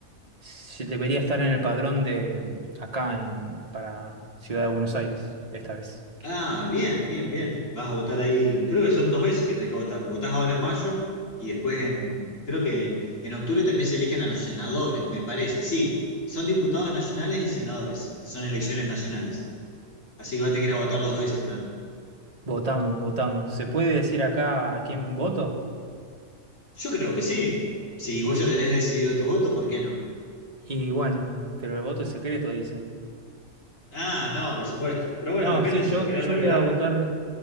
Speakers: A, on the right; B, on the left.
A: se- debería estar en el padrón de acá en, para Ciudad de Buenos Aires, esta vez.
B: Ah, bien, bien, bien. Vas a votar ahí. Creo que son dos veces que tenés que votar. Votás ahora en mayo y después en, creo que en octubre también se eligen a los senadores, me parece. Sí, son diputados nacionales y senadores. Son elecciones nacionales. Así que vas a tener que ir a votar dos veces, Fran.
A: Votamos, votamos. ¿Se puede decir acá a quién voto?
B: Yo creo que sí. Si
A: Y
B: vos
A: sí.
B: ya tenés decidido tu voto, ¿por qué no?
A: Y bueno, pero el voto es secreto, dicen.
B: Ah, no, por supuesto. Pero bueno,
A: No,
B: depende
A: sí,
B: si
A: yo,
B: lo querés
A: yo
B: revelar.
A: voy a votar